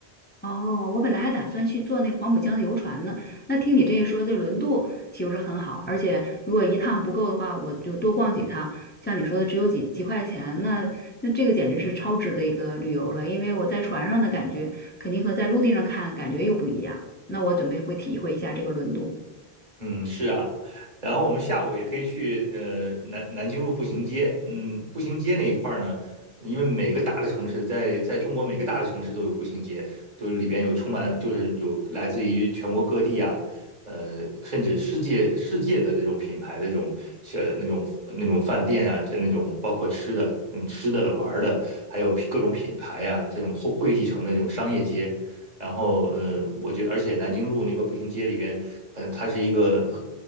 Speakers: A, on the left (about 15°); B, on the right (about 40°).
A: 哦，我本来还打算去坐那个黄浦江的游船呢，那听你这一说，这轮渡岂不是很好？而且如果一趟不够的话，我就多逛几趟。像你说的，只有几几块钱，那那这个简直是超值的一个旅游了，因为我在船上的感觉肯定和在陆地上看感觉又不一样。那我准备会体会一下这个轮渡。
B: 嗯，是啊，然后我们下午也可以去呃南南京路步行街，嗯，步行街那一块儿呢，因为每个大的城市在在中国每个大的城市都有步行街，都里边有充满就是有来自于全国各地啊，呃，甚至世界世界的这种品牌的这种小那种那种饭店啊，这那种包括吃的，嗯，吃的玩儿的，还有各种品牌啊，这种汇汇集成的这种商业街。然后呃，我觉得而且南京路那个步行街里边，呃，它是一个